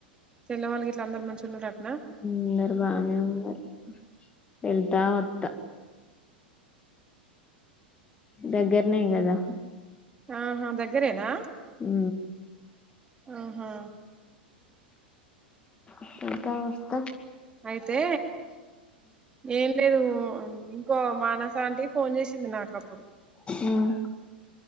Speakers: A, on the right; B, on the left.
A: చెల్లె వాళ్ళు గిట్లందరూ మంచిగా ఉన్నారటనా
B: అందరు బానే ఉన్నారు వెళ్తా వత్తా దగ్గరనే కదా
A: ఆహా దగ్గరేనా
B: హు
A: ఆహా
B: <unintelligible> వస్త
A: అయితే ఏన్ లేదు ఇంకో మానస అంటీ ఫోన్ చేసింది నాకు ఒకప్పుడు
B: ఉమ్